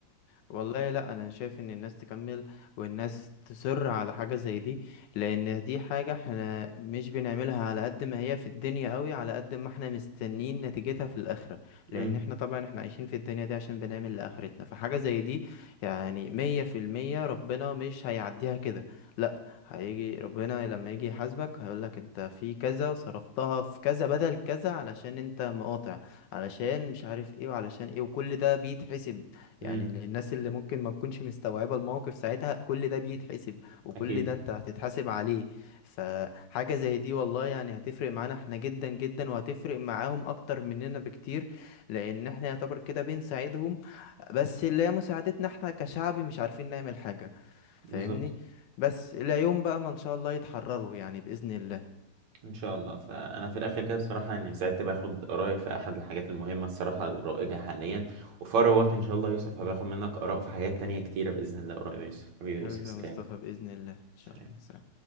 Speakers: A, on the left; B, on the right.
A: والله لا انا شايف ان الناس تكمل والناس تصر على حاجة زي دي لان دي حاجة احنا مش بنعملها على قد ما هي في الدنيا قوي على قد ما احنا مستنين نتيجتها في الاخرة لان
B: امم
A: احنا طبعا احنا عايشين في الدنيا دي عشان بنعمل لاخرتنا فحاجة زي دي يعني مية في المية ربنا مش هيعديها كده لا هيجي ربنا لما يجي يحاسبك هيقولك انت في كذا وصرفتها في كذا بدل كذا علشان انت مقاطع علشان مش عارف ايه وعلشان ايه وكل ده بيتحسب
B: امم
A: يعني للناس اللي ممكن ما تكونش مستوعبة الموقف ساعتها كل ده بيتحسب وكل
B: أكيد
A: ده انت هتتحاسب عليه فحاجة زي دي والله يعني هتفرق معانا احنا جدا جدا وهتفرق معاهم اكتر مننا بكتير لان احنا يعتبر كده بنساعدهم بس اللي هي مساعدتنا احنا كشعب مش عارفين نعمل حاجة
B: بالظبط
A: فاهمني بس الى يوم بقى ما ان شاء الله يتحرروا يعني بإذن الله
B: ان شاء الله فانا في الاخر كده الصراحه يعني سعدت باخد رايك في احد الحاجات المهمه الصراحه الرائجه حاليا وفي اقرب وقت ان شاء الله يا يوسف هباخد منك اراء في حاجات تانية كتيره باذن الله قريب يا يوسف حبيبي
A: حبيبي
B: يا يوسف سلام
A: يا مصطفى بإذن الله ان شاء
B: سلام
A: الله سلام